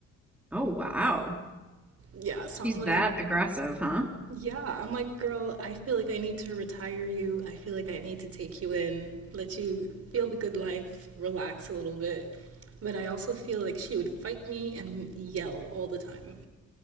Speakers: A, in the centre; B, on the right.
A: Oh, wow.
B: Yeah, so
A: She's
B: I'm like,
A: that aggressive, huh?
B: yeah, I'm like, girl, I feel like I need to retire you. I feel like I need to take you in, let you feel the good life, relax a little bit. But I also feel like she would fight me and yell all the time.